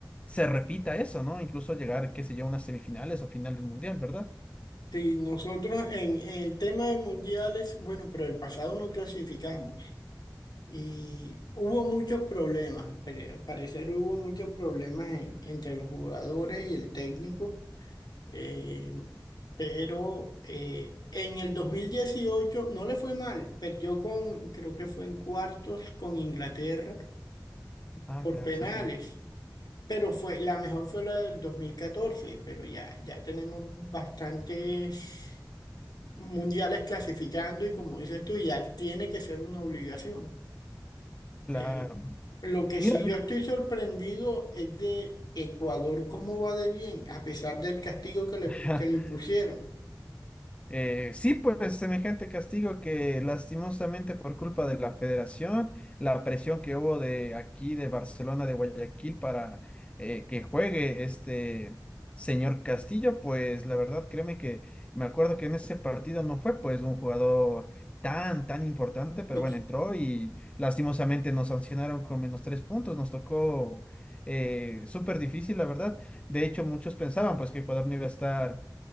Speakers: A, on the left (about 15°); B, on the left (about 65°).
A: se repita eso, ¿no? Incluso llegar, qué sé yo, a unas semifinales o final del mundial, ¿verdad?
B: Sí, nosotros en, en el tema de mundiales, bueno, pero el pasado no clasificamos. Y hubo muchos problemas, al pare- al parecer hubo muchos problemas en- entre los jugadores y el técnico, eh, pero eh, en el 2018 no le fue mal, perdió con, creo que fue en cuartos con Inglaterra
A: Ah,
B: por
A: claro,
B: penales,
A: sí, sí,
B: pero fue, la mejor fue la del 2014, pero ya, ya tenemos bastantes mundiales clasificando y como dices tú, ya tiene que ser una obligación.
A: claro.
B: Eh, lo que
A: Mira,
B: sí
A: mi-
B: yo estoy sorprendido es de Ecuador, cómo va de bien, a pesar del castigo que le,
A: <laughs>
B: que le impusieron.
A: Eh, sí, pues semejante castigo que lastimosamente por culpa de la federación, la presión que hubo de aquí, de Barcelona, de Guayaquil, para eh, que juegue este señor Castillo, pues la verdad, créeme que me acuerdo que en ese partido no fue pues un jugador tan, tan importante, pero
B: Sí,
A: bueno,
B: sí,
A: entró y lastimosamente nos sancionaron con menos tres puntos, nos tocó eh, súper difícil, la verdad. De hecho, muchos pensaban pues que Ecuador no iba a estar